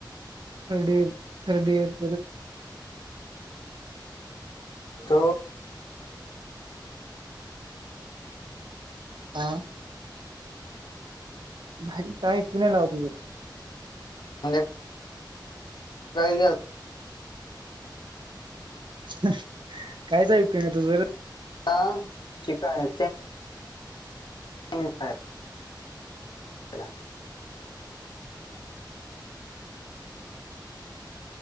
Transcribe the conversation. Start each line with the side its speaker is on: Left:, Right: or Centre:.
Right: थर्ड अर थर्ड यर
Left: त
Right: हा भा काही कुण्यालावपो
Left: म्ह <unintelligible> काही का <unintelligible>
Right: कायच ऐकू येईना तुझर
Left: ह शिकाय निय हला